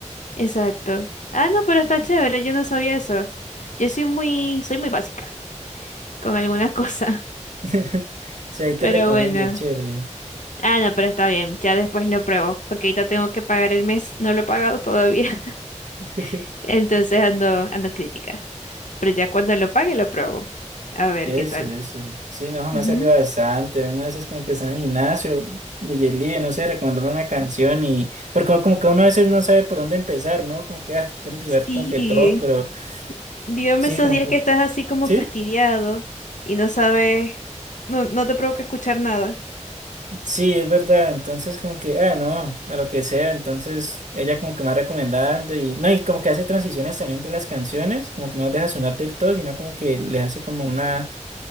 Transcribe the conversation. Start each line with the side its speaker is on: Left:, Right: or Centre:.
Left: Exacto. Ah, no, pero está chévere. Yo no sabía eso. Yo soy muy, soy muy básica con algunas <laughs> cosas.
Right: <laughs> O sea, ahí te
Left: Pero
Right: recomiendo,
Left: bueno.
Right: chévere.
Left: Ah, no, pero está bien. Ya después lo pruebo. Porque ahorita tengo que pagar el mes. No lo he pagado todavía.
Right: <laughs>
Left: <laughs> Entonces ando, ando crítica. Pero ya cuando lo pague lo pruebo. A ver
Right: Eso,
Left: qué tal.
Right: eso. Sí, no, jamás
Left: Ujú.
Right: ha servido bastante. Uno a veces como que está en el gimnasio de Yelí, no sé, recomendame una canción y... Pero como, como que uno a veces no sabe por dónde empezar, ¿no? Como que, ah, quiero escuchar
Left: Sí.
Right: como que todo, pero
Left: Dígame
Right: sí,
Left: esos
Right: como
Left: días
Right: que...
Left: que estás así como
Right: ¿Sí?
Left: fastidiado y no sabes, no, no te provoca escuchar nada.
Right: Sí, es verdad. Entonces, como que, ah, no, a lo que sea. Entonces, ella como que me va recomendando y, no, y como que hace transiciones también entre las canciones, como que no las deja sonar del todo, sino como que le hace como una,